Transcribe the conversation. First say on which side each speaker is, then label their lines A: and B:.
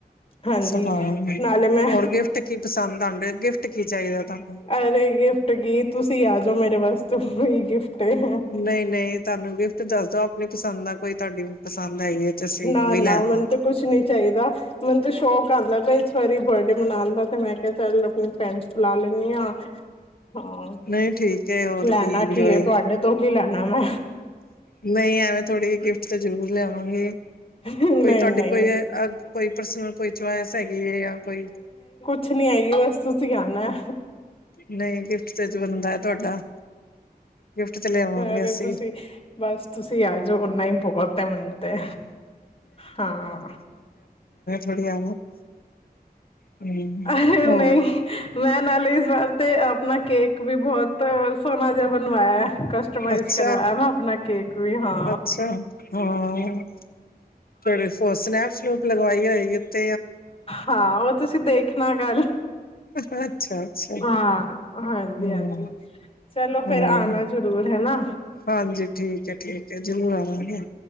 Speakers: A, on the left (about 35°); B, on the left (about 65°).
A: ਹਾਂਜੀ
B: ਸਭ ਆਵਾਂਗੇ।
A: ਨਾਲੇ ਮੈਂ
B: ਹੋਰ ਗਿਫਟ ਕੀ ਪਸੰਦ ਆਂਦੇ ਗਿਫਟ ਕੀ ਚਾਹੀਦਾ ਤੁਹਾਨੂੰ?
A: ਅਰੇ ਗਿਫਟ ਕੀ ਤੁਸੀਂ ਆ ਜਾਓ ਮੇਰੇ ਵਾਸਤੇ ਉਹੀ ਗਿਫਟ ਹੈ
B: ਨਹੀਂ ਨਹੀਂ ਤੁਹਾਨੂੰ ਗਿਫਟ ਦੱਸ ਦਓ ਆਪਣੀ ਪਸੰਦ ਆ ਕੋਈ ਤੁਹਾਡੀ ਪਸੰਦ ਹੈਗੀ ਹੈ ਤੇ ਅਸੀਂ
A: ਨਾ
B: ਉਹੀ
A: ਨਾ
B: ਲੈ ਆਵਾਂਗੇ।
A: ਮੈਨੂੰ ਤਾਂ ਕੁਛ ਨੀ ਚਾਹੀਦਾ ਮੈਨੂੰ ਤਾਂ ਸ਼ੌਕ ਦਾ ਤੇ ਇਸ ਵਾਰੀ ਬਰਡੇ ਮਨਾਉਣ ਦਾ ਤੇ ਮੈਂ ਕਿਹਾ ਚੱਲ ਆਪਣੀ ਪੈਨਸ ਲਾ ਲੈਂਦੀ ਹਾਂ ਹਾਂ
B: ਨਹੀਂ ਠੀਕ ਹੈ ਹੋਰ
A: ਲੈਣਾ
B: ਇੰਜੋਏ
A: ਕੀ ਹੈ ਤੁਹਾਡੇ ਤੋਂ ਕੀ ਲੈਣਾ ਮੈ
B: ਨਹੀਂ ਐਵੇਂ ਥੋੜ੍ਹੀ ਜਿਹੀ ਗਿਫਟ ਤੇ ਜ਼ਰੂਰ ਲਿਆਵਾਂਗੇ।
A: ਨਹੀਂ
B: ਕੋਈ ਤੁਹਾਡੀੇ
A: ਨਹੀਂ
B: ਕੋਈ ਕੋਈ ਪਰਸਨਲ ਕੋਈ ਚਇਸ ਹੈਗੀ ਹੈ ਜਾਂ ਕੋਈ
A: ਕੁੱਛ ਨੀ ਆਏਗੀ ਬਸ ਤੁਸੀਂ ਆਣਾ।
B: ਨਹੀਂ ਗਿਫਟ ਤੇ ਚ ਬੰਦਾ ਹੈ ਤੁਹਾਡਾ। ਗਿਫਟ ਤੇ ਲਿਆਵਾਂਗੇ
A: ਅਰੇ
B: ਅਸੀਂ
A: ਤੁਸੀਂ ਬਸ ਤੁਸੀਂ ਆ ਜਾਓ ਓਨਾ ਹੀ ਬਹੁਤ ਹੈ ਮੈਨੂੰ ਤੇ ਹਾਂ।
B: ਬੜੀਆ <unintelligible>
A: ਅਰੇ
B: ਹੋਰ।
A: ਨਹੀਂ ਮੈਂ ਨਾਲ ਇਸ ਵਾਰ ਤਾਂ ਆਪਣਾ ਕੇਕ ਵੀ ਬਹੁਤ ਸੋਹਣਾ ਜਿਹਾ ਬਣਵਾਇਆ। ਕਸਟਮਾਈਜ਼
B: ਅੱਛਾ
A: ਕਰਵਾਇਆ ਮੈਂ ਆਪਣਾ ਕੇਕ ਵੀ ਹਾਂ
B: ਅੱਛਾ। ਹਾਂ ਫਿਰ ਸਨੈਪ ਸਨੂਪ ਲਗਵਾਈ ਹੋਏਗੀ ਉੱਥ
A: ਹਾਂ ਉਹ ਤੁਸੀਂ ਦੇਖ ਖਣਾ ਕਲ।
B: ਅੱਛਾ ਅੱਛਾ
A: ਹਾਂ ਹਾਂਜੀ
B: ਹਮ
A: ਹਾਂਜੀ ਚਲੋ ਫੇਰ
B: ਹਾਂ
A: ਆਣਾ ਜ਼ਰੂਰ ਹੈ ਨਾ।
B: ਹਾਂਜੀ ਠੀਕ ਹੈ ਠੀਕ ਜਰੂਰ ਆਵਾਂਗੇ।